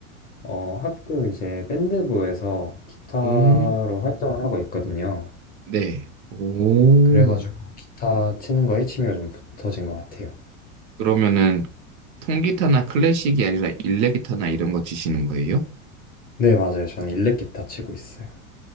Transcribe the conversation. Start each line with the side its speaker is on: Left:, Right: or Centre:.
Left: 어, 학교 이제 밴드부에서 기타로
Right: 음,
Left: 활동을 하고 있거든요.
Right: 네. 오.
Left: 그래가지고 음. 기타 치는 거에 취미가 좀 붙어진 것 같아요.
Right: 그러면은 통기타나 클래식이 아니라 일렉기타나 이런 거 치시는 거예요?
Left: 네, 맞아요. 저는 일렉 기타 치고 있어요.